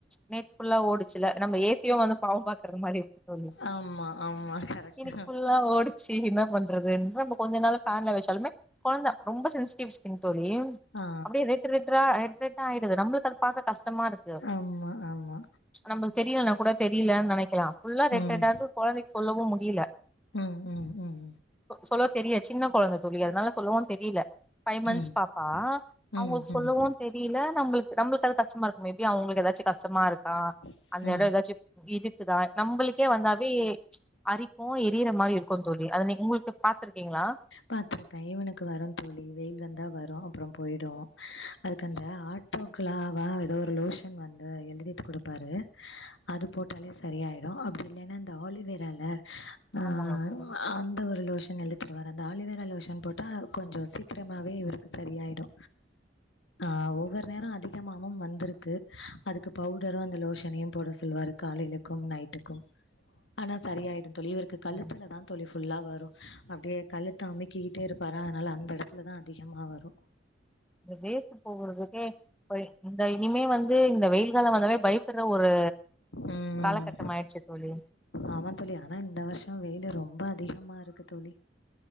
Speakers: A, in the centre; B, on the left.
A: நேத்து ஃபுல்லா ஓ டுச்சுல்ல நம்ம ஏ சி யு வந்து பாவ பாக்குற மாரி இருக்கு தோழி
B: ஆமா ஆமா கரெக்ட்
A: இன்னைக்கு
B: தா
A: ஃபுல்லா ஓடுச் சி என்ன பண்றதுன் நம்ம கொஞ்ச நேர ஃபேன்ல வெச் சாலுமே கொழந்த ரொம்ப சென்சிட்டிவ் தோழி
B: ஆ
A: அப்டியே ரெட் ரெட்ரா ரெட் ரெட் ரா ஆயிடுது நம்ளுக் அத பாக்க கஷ்டமா இருக்கு
B: ஆமா ஆமா
A: நம்மளுக்கு தெரியலனா கூட தெரியலுனு நெனைக்கலா ஃபுல்லா ரெட்டு
B: ம்
A: ரெட்டா இருக்கு கொழந்தைக்கு சொல்லவு முடியல
B: ம் ம் ம்
A: சொ சொல்ல தெரியாது சின்ன கொழந்த தோழி அதனால சொல்லவு தெரில ஃபைவ் மன்த்ஸ்
B: ம்
A: பாப்பா
B: ம்
A: அவங்களுக்கு சொல்லவு தெரில நம்ளு நம்ளுக்கு அது கஷ்டமா இருக்கு மே பி அவங்களுக்கு எதாச்சி கஷ்டமா இருக்கா
B: ம்
A: அந்த எட
B: ம்
A: எதாச்சி இது இருக்குதா நம்மளுக்கே வந்தாவே அரிப் கு எரியற மாரி இருக்கு தோழி அத நீ உங்களுக்கு பாத் துருக்கிங்ளா
B: பாத்துருக்கே இவுனுக்கு வரு தோழி வெயில் வந்தா வரு அப்புற போயிடு அதுக்கு அந்த ஆட்டோக்ளாவா ஏதோ ஒரு லோஷன் வந்து எழுதிட்டு குடுப்பாரு அது போட்டாலே சரியாயிடு அப்படி இல்லேனா அந்த ஆலிவேரால ஆ
A: ஆமாங்க தோழி
B: அந்த ஒரு லோஷன் எழு தி தருவார் அந்த ஆலிவேரா லோஷன் போட்டா கொஞ்ச சீக்கிரமாவே இவருக்கு சரியாயிடு ஆ ஒவ்வொரு நேர அதிகமாவும் வந்துருக்கு அதுக்கு பவுடரு அந்த லோஷனையு போட சொல்லுவாரு காலைலக்கும் நைட்டுக்கும் ஆனா சரியாயிடு தோழி இவருக்கு கழுத்திலதா
A: ஆமாங்க.
B: தோழி ஃபுல்லா வரு அப்டியே கழுத்த அமிக்கிக்கிட்டே இருப்பாரா அதனால அந்த எடத்துலதா அதிகமா வரு
A: இந்த வேர்த்து போகுறதுக்கே இப்ப இந்த இனிமே வந்து இந்த வெயில்கால வந்தாவே பயப்புட்ற ஒரு
B: ம்.
A: காலகட்டமாயிடுச்சு தோழி
B: ஆமா தோழி. ஆனா இந்த வருஷம் வெயிலு ரொம்ப அதிகமா இருக்கு தோழி